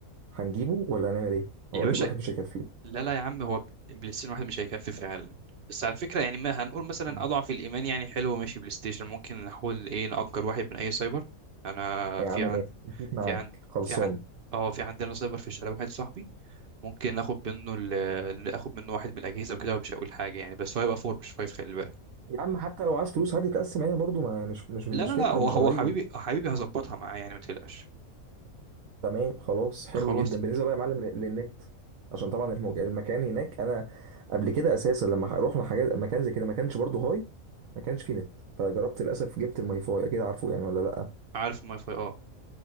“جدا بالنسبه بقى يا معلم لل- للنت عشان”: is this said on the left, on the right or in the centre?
Right